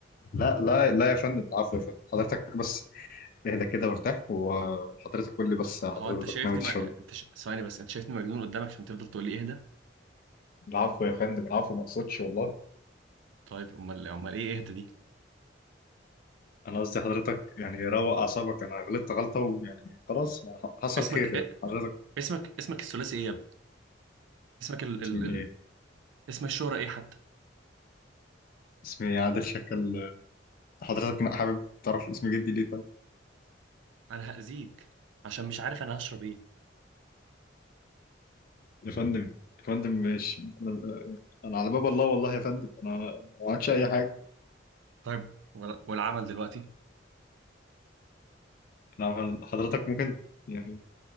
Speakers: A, on the left; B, on the right.
A: لا لا لا يا فندم العفو يا فندم حضرتك بس اهدى كده وارتاح وحضرتك قول لي بس حضرتك
B: هو انت شايفني
A: ناوي تشرب
B: ما...
A: إيه.
B: انت ش... ثواني بس انت شايفني مجنون قدامك عشان تفضل تقول لي اهدى
A: العفو يا فندم العفو ما أقصدش والله
B: طيب امال امال ايه اهدى دي
A: أنا قصدي حضرتك يعني روق أعصابك أنا غلطت غلطة ويعني خلاص ما حصل
B: اسمك
A: خير
B: إيه؟
A: يعني حضرتك
B: اسمك اسمك الثلاثي ايه يا ابني اسمك ال... ال...
A: اسمي
B: ال...
A: إيه؟
B: اسم الشهرة ايه حتى
A: اسمي عادل شكل حضرتك حابب تعرف اسم جدي ليه طيب
B: انا هأذيك عشان مش عارف انا هشرب ايه
A: يا فندم يا فندم مش أنا أنا على باب الله والله يا فندم أنا أنا ما عملتش أي حاجة
B: طيب ولا... والعمل دلوقتي
A: نعم حضرتك ممكن يعني